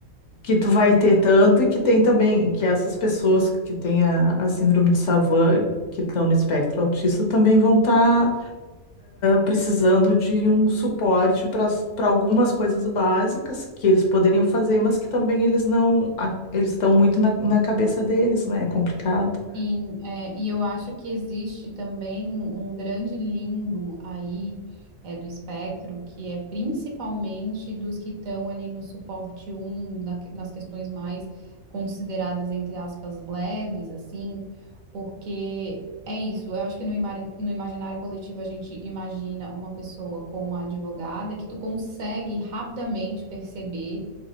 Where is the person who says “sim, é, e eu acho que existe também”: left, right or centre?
Right